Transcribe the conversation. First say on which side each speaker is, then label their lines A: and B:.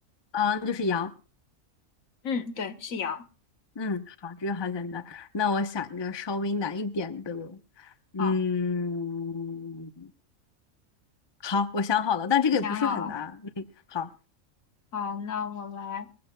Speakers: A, on the left (about 25°); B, on the left (about 70°).
A: 啊，就是羊。
B: 嗯，对，是羊。
A: 嗯，好，这个好简单。那我想一个稍微难一点的，嗯，
B: 好，
A: 好，我想好了，但这个也不是很难。
B: 你想好了。
A: 嗯，好，
B: 好，那我来。